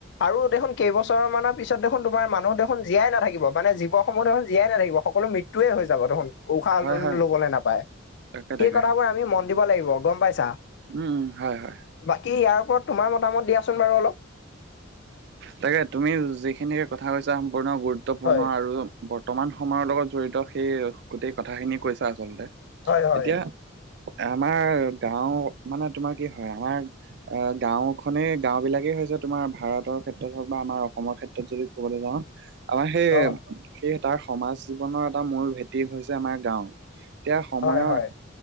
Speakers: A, on the left; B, on the right.
A: আৰু দেখোন কেইবছৰ মানত পিছত দেখোন তোমাৰ মানুহ দেখোন জীয়াই নাথাকিব মানে জীৱসমূহ দেখোন জীয়াই নাাকিব সকলো মৃত ত্যুই হৈ যাব দেখোন উশাহ
B: হয় হয়
A: লবলৈ নাপায়
B: তাকে
A: সেই
B: তাকে
A: কথাবোৰ আমি মন দিব লাগিব গম পাইছা?
B: উম, হয়-হয়
A: বাকী ইয়াৰ ওপৰত তোমাৰ মতামত দিয়াচোন বাৰু অলপ?
B: তাকে তুমি যিখিনি কথা কৈছা সম্পূৰ্ণ গুৰুত্বপূৰ্ণ
A: হয়
B: আৰু বৰ্তমান সময়ৰ লগত জড়িত সেই গোটেই কথাখিনি কৈছা আচলতে
A: হয় হয়।
B: এতিয়া আমাৰ গাঁও মানে তোমাৰ কি হয় আমাৰ অ, গাঁওখনেই গাওঁ বিলাকেই হৈছে তোমাৰ ভাৰতত ক্ষেত্ৰত হওক বা আমাৰ অসমৰ ক্ষেত্ৰত যদি ক'বলে যাওঁ আমাৰ সেই-
A: অ',
B: সেই তাৰ সমাজ জীৱনৰ এটা মূল ভেটি হৈছে আমাৰ গাঁও। এতিয়া সময়ৰ
A: হয়, হয়,